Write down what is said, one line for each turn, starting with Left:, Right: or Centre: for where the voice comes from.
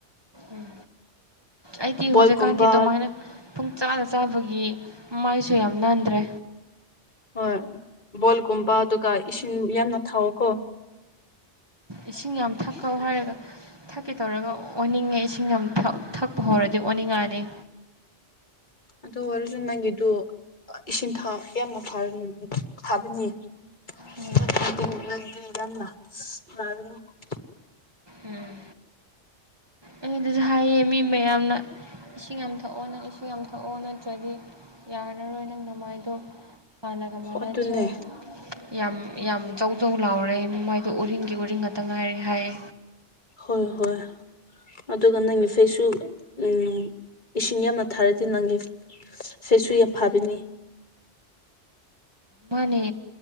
Right: ꯎꯝ ꯑꯩꯗꯤ
Left: ꯕꯣꯜꯒꯨꯝꯕ
Right: ꯍꯨꯖꯤꯛꯀꯥꯟꯗꯤ ꯗꯨꯃꯥꯏꯅ ꯄꯨꯡꯆꯥꯗ ꯆꯥꯕꯒꯤ ꯃꯥꯏꯁꯨ ꯌꯥꯝ ꯅꯥꯟꯗ꯭ꯔꯦ꯫
Left: ꯍꯣꯏ ꯕꯣꯜꯀꯨꯝꯕ ꯇꯨꯀ ꯏꯁꯤꯡ ꯌꯥꯝꯅ ꯊꯥꯛꯑꯣꯀꯣ
Right: ꯏꯁꯤꯡ ꯌꯥꯝ ꯊꯛꯀꯧ ꯍꯥꯏꯔꯒ ꯊꯛꯀꯦ ꯇꯧꯔꯒ ꯑꯣꯟꯅꯤꯡꯉꯦ ꯏꯁꯤꯡ ꯌꯥꯝ ꯊꯛ-ꯊꯛꯄ ꯍꯧꯔꯗꯤ ꯑꯣꯟꯅꯤꯡꯉꯅꯤ꯫
Left: ꯑꯗꯨꯑꯣꯏꯔꯖꯨ ꯅꯪꯒꯤꯗꯨ ꯑ ꯏꯁꯤꯡ ꯊ ꯌꯥꯝꯅ ꯊꯥꯔꯑꯝ ꯐꯥꯕꯅꯤ꯫ <inaudible>
Right: ꯎꯝ ꯎꯝ ꯑꯩꯗꯖꯨ ꯍꯥꯏꯌꯦ ꯃꯤ ꯃꯌꯥꯝꯅ꯫ ꯏꯁꯤꯡ ꯌꯥꯝ ꯊꯛꯑꯣ ꯅꯪ ꯏꯁꯤꯡ ꯌꯥꯝ ꯊꯛꯑꯣ ꯅꯠꯇ꯭ꯔꯗꯤ ꯌꯥꯔꯔꯣꯏ ꯅꯪ ꯅꯃꯥꯏꯗꯣ ꯍꯥꯟꯅꯒ ꯃꯥꯟꯅꯗ꯭ꯔꯦ꯫
Left: ꯑꯗꯨꯅꯦ
Right: ꯌꯥꯝ-ꯌꯥꯝ ꯖꯧ-ꯖꯧ ꯂꯥꯎꯔꯦ ꯃꯥꯏꯗꯣ ꯎꯔꯤꯡꯒꯤ ꯎꯔꯤꯡ ꯉꯥꯛꯇ ꯉꯥꯏꯔꯦ ꯍꯥꯏꯌꯦ꯫
Left: ꯍꯣꯏ-ꯍꯣꯏ ꯑꯗꯨꯒ ꯅꯪꯒꯤ ꯐꯦꯁꯁꯨ ꯎꯝ ꯏꯁꯤꯡ ꯌꯥꯝꯅ ꯊꯥꯔꯗꯤ ꯅꯪꯒꯤ ꯐꯦꯁꯁꯨ ꯌꯥꯞ ꯐꯕꯅꯤ꯫
Right: ꯃꯥꯅꯦ